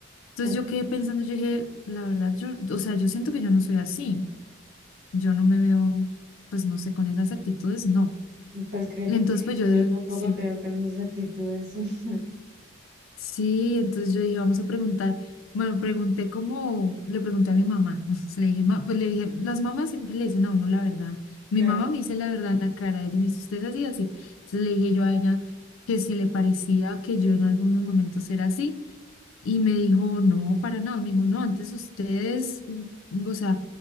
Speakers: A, on the left (about 80°); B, on the right (about 55°).
A: Entonces
B: Ok.
A: yo quedé pensando, yo dije, la verdad, yo, o sea, yo siento que yo no soy así. Yo no me veo, pues no sé, con esas actitudes, no.
B: Pues créeme
A: Entonces,
B: que
A: pues yo,
B: yo tampoco
A: sí.
B: te veo con esas actitudes. <laughs>
A: Sí, entonces yo dije, vamos a preguntar. Bueno, pregunté cómo, le pregunté a mi mamá. <laughs> O sea, le dije, "Ma", pues le dije, las mamás siempre le dicen a uno la verdad. Mi
B: Claro.
A: mamá me dice la verdad en la cara. Ella me dice, usted es así, así. Entonces le dije yo a ella que si le parecía que yo en algunos momentos era así. Y me dijo, no, para nada. Me dijo, no, antes ustedes, mm, o sea,